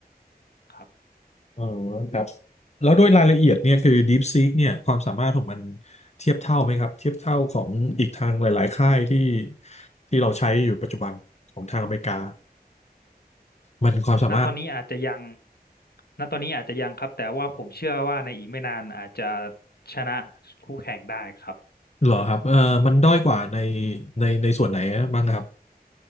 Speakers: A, on the left (about 70°); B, on the left (about 40°).
A: ครับ
B: อ๋อครับแล้วโด้วยรายละเอียดเนี่ยคือ DeepSeek เนี่ยความสามารถของมันเทียบเท่าไหมครับเทียบเท่าของอีกทางหลายๆค่ายที่ที่เราใช้อยู่ปัจจุบันของทางอเมริกามันความสามารถ
A: ณตอนนี้อาจจะยังณตอนนี้อาจจะยังครับแต่ว่าผมเชื่อว่าในอีกไม่นานอาจจะชนะคู่แข่งได้ครับ
B: เหรอครับเออมันด้อยกว่าในในในส่วนไหนบ้างครับ